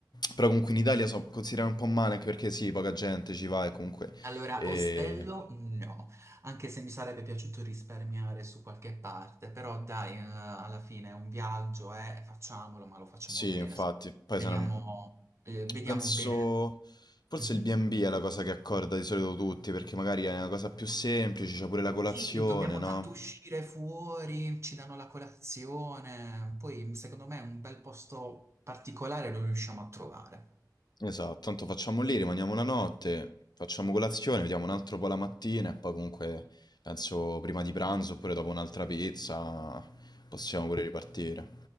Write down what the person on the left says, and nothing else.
Però comunque in Italia so considerare un po' male, anche perché sì, poca gente ci va e comunque...
E...
Sì,
infatti, poi
se ne-
penso
forse
il B&B è la cosa che accorda di solito tutti, perché magari è una cosa più semplice, c'è pure la colazione,
no?
Esatto, tanto facciamo lì, rimaniamo una notte, facciamo colazione, vediamo un altro po' la mattina e poi comunque penso prima di pranzo oppure dopo un'altra pizza possiamo pure ripartire.